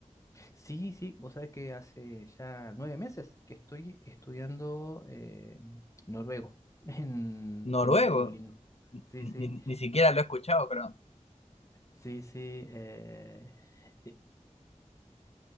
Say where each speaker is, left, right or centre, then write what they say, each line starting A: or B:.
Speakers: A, on the left; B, on the left.
A: Sí, sí, vos sabés que hace ya nueve meses que estoy estudiando eh, noruego <laughs> en,
B: Noruego.
A: en Duolingo. Sí, sí.
B: Ni, ni- ni siquiera lo he escuchado, creo.
A: Sí, sí. eh, eh,